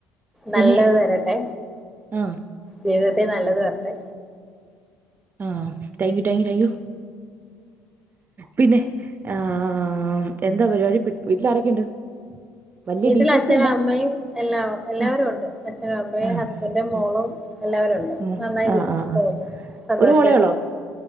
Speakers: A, in the centre; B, on the right.
A: നല്ലത്
B: പിന്നെ
A: വരട്ടെ
B: ആ
A: ജീവിതത്തെ നല്ലത് വരട്ടെ
B: ആഹ് thank you thank you thank you പിന്നെ ആഹ് എന്താ പരിപാടി വീട്ടിലാരൊക്കെയുണ്ട് വലിയ
A: വീട്ടിൽ
B: ഡീറ്റെയിൽസ്
A: അച്ഛനും
B: വേണ്ട
A: അമ്മയും എല്ലാ എല്ലാവരും
B: ആഹ്
A: ഉണ്ട് അച്ഛനും അമ്മയും
B: ആഹ്
A: ഹസ്ബന്റും മോളും എല്ലാവരും ഉണ്ട്
B: മ്
A: നന്നായി
B: ആഹ് ആഹ്
A: പോവുന്നു
B: ആഹ്
A: സന്തോഷായിട്ട്
B: ഒരു മോളേ ഒള്ളോ
A: പോ